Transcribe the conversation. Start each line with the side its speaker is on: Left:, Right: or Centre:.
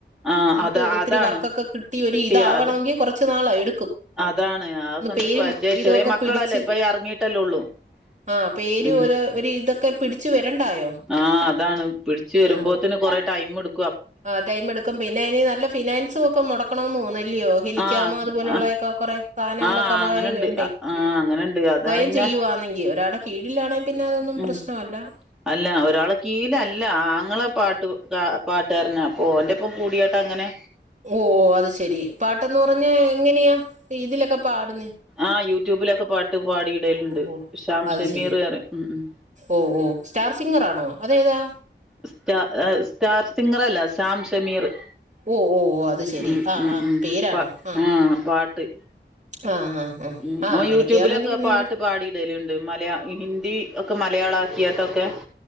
Centre: ആഹ്
Right: നമുക്ക്
Centre: അത
Right: ഒത്തിരി
Centre: അതാണ്
Right: വർക്കൊക്കെ കിട്ടി ഒരു
Centre: കിട്ടിയ
Right: ഇതാവണെങ്കിൽ
Centre: അത്
Right: കുറച്ചു നാള് എടുക്കും.
Centre: അതാണ് അതൊക്കെ
Right: ഒന്ന് പേരും
Centre: പരിചയ
Right: ഇതൊക്കെ
Centre: ചെറിയ മക്കളല്ലേ
Right: പിടിച്ച്
Centre: ഇപ്പ ഇറങ്ങിയിട്ടല്ലേ ഉള്ളൂ
Right: ആഹ് പേര്
Centre: ഉം
Right: ഓരോ ഒരു ഇതൊക്കെ പിടിച്ചു വരണ്ടായോ
Centre: ആഹ് അതാണ് പിടിച്ചു വരുമ്പോത്തിന്
Right: ആ
Centre: കൊറെ ടൈം എടു
Right: ആ ടൈം എടുക്കും പിന്നെ അയ്ന് നല്ല ഫിനാൻസും ഒക്കെ മുടക്കണോന്നോന്നല്ലിയോ ഹെലിക്കാമോ
Centre: ആഹ്
Right: അതുപോലെയുള്ളയൊക്കെ
Centre: ആഹ്
Right: കൊറെ. സാനങ്ങളൊക്കെ
Centre: ആഹ്
Right: മളയിൽ
Centre: അങ്ങനെണ്ട്
Right: വേണ്ടേ
Centre: ആഹ് അങ്ങനെണ്ട് അതാ
Right: സ്വയം
Centre: പിന്നെ
Right: ചെയ്യുവാന്നെങ്കിൽ ഒര ഒരാടെ കീഴിലാണെങ്കി പിന്നെ അതൊന്നും
Centre: ഉം
Right: പ്രശ്നവല്ല.
Centre: അല്ല, ഒരാള കീയിലഅല്ല ആങ്ങളെ പാട്ട് ക പാ ട്ടാരനാ അപ്പൊ ഓന്റെപ്പം കൂടിയാട്ടങ്ങനെ.
Right: ഓ അത് ശെരി പാട്ടന്ന്പറഞ്ഞാ എങ്ങനെയാ? ഇതിലൊക്കെ പാടുന്ന
Centre: ആ യൂട്യൂബിലൊക്കെ പാട്ട് പാടീടലുണ്ട്
Right: ഓ
Centre: ഷാംഷമീർ
Right: അത് ശരി
Centre: പറയും മ് മ്
Right: ഓ ഓ സ്റ്റാർ സിംഗറാണോ അതേതാ?
Centre: സ്റ്റാ സ്റ്റാർ സിംഗറല്ല ഷാംഷമീറ്
Right: ഓ ഓ ഓ അത് ശരി
Centre: ഉം
Right: ആ
Centre: ഉം
Right: ആ
Centre: ഉം
Right: പേരാണോ
Centre: പ
Right: ആ
Centre: ആഹ് പാട്ട്.
Right: ആ ആ ആ
Centre: ഉം
Right: ആ
Centre: ഓൻ
Right: അങ്ങനെയൊക്കെയാണെങ്കിൽ
Centre: യൂട്യൂബിലൊക്കെ
Right: പിന്നെ
Centre: പാട്ട്
Right: അങ്ങ്
Centre: പാടിടലു മലയാ ഹിന്ദി ഒക്കെ മലയാളാക്കിയാട്ടൊക്കെ.